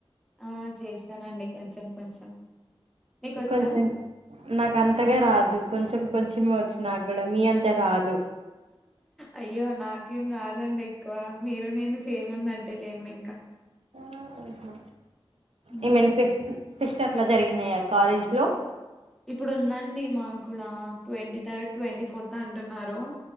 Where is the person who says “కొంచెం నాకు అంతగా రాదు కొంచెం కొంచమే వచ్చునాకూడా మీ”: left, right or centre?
Right